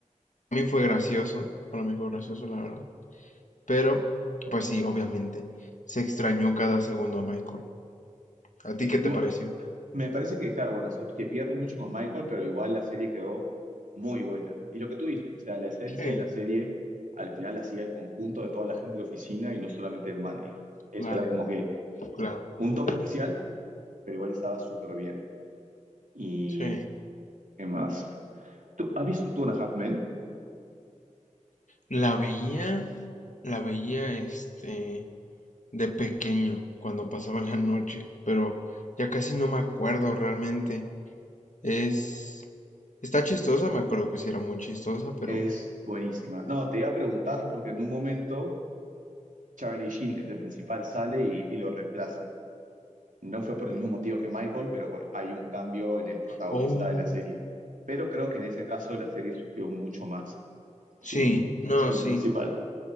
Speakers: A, on the left; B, on the right.
A: para mí fue gracioso, para mí fue gracioso, la verdad. Pero, pues sí, obviamente, se extrañó cada segundo a Michael. ¿A ti
B: Sí,
A: qué te
B: igual,
A: pareció?
B: me parece que, claro, bueno, se, se pierde mucho con Michael, pero igual la serie quedó muy buena. Y lo que tú dices, o sea, la esencia
A: Sí,
B: de la serie al final la hacía el conjunto de toda la gente de la oficina y no solamente el manager. Eso
A: claro,
B: era como que
A: claro.
B: un toque especial, pero igual estaba súper bien. ¿Y
A: Sí.
B: qué más? ¿Tú has visto Two and a Half Men?
A: La veía, la veía, este, de pequeño, cuando pasaba la noche, pero ya casi no me acuerdo realmente. Es, está chistosa, me acuerdo que sí era muy chistosa, pero...
B: Es buenísima. No, te iba a preguntar porque en un momento Charlie Sheen, que es el principal, sale y, y lo reemplazan. No fue por el mismo motivo que Michael, pero bueno, hay un cambio en el protagonista
A: Oh,
B: de la serie. Pero creo que en ese caso la serie sufrió mucho más
A: sí,
B: sin,
A: no,
B: sin
A: sí.
B: el principal.